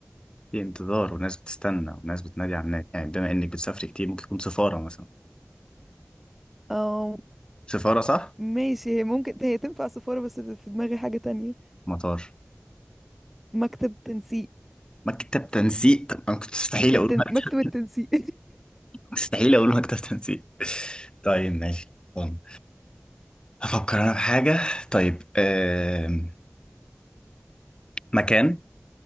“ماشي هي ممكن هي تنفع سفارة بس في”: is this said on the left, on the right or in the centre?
Centre